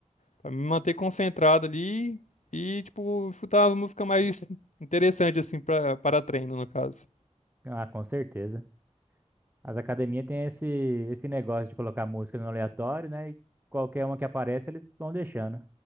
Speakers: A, on the left; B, on the right.
A: pra me manter concentrado ali e, tipo, escutar uma música mais interessante, assim, pra, para treino, no caso.
B: Ah, com certeza. As academias têm esse, esse negócio de colocar música no aleatório, né? E qualquer uma que aparece, eles vão deixando.